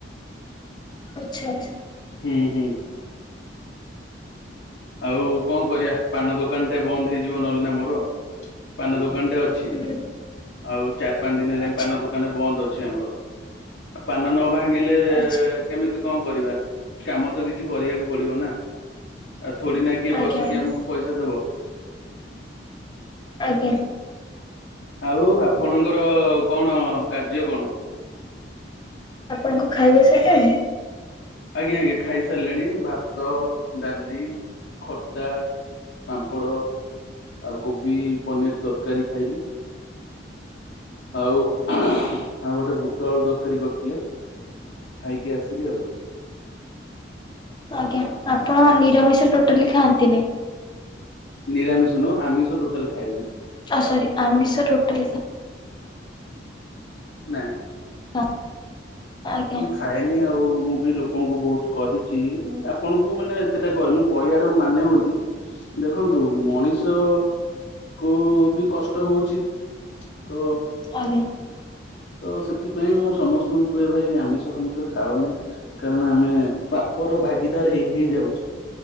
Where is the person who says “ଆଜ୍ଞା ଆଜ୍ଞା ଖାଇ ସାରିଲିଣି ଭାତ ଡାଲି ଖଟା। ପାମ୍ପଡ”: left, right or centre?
Left